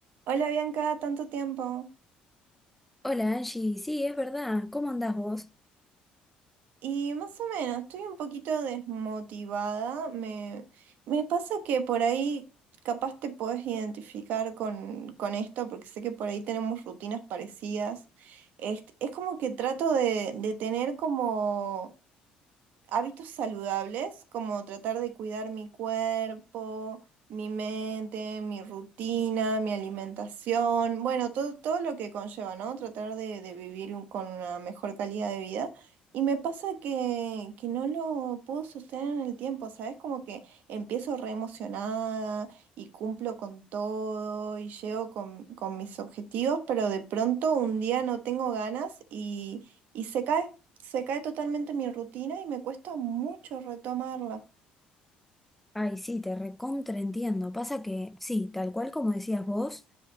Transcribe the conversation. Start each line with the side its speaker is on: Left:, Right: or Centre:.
Right: Hola Bianca, tanto tiempo.
Centre: Hola Angie, sí, es verdad, ¿cómo andás vos?
Right: Y más o menos, estoy un poquito desmotivada. Me, me pasa que por ahí capaz te podés identificar con, con esto, porque sé que por ahí tenemos rutinas parecidas. Este, es como que trato de, de tener como hábitos saludables, como tratar de cuidar mi cuerpo, mi mente, mi rutina, mi alimentación, bueno, todo, todo lo que conlleva, ¿no? Tratar de, de vivir un- con una mejor calidad de vida. Y me pasa que, que no lo puedo sostener en el tiempo, ¿sabes? Como que empiezo re emocionada y cumplo con todo y llego con, con mis objetivos, pero de pronto un día no tengo ganas y, y se cae. Se cae totalmente mi rutina y me cuesta mucho retomarla.
Centre: Ay, sí, te recontra entiendo. Pasa que, sí, tal cual como decías vos,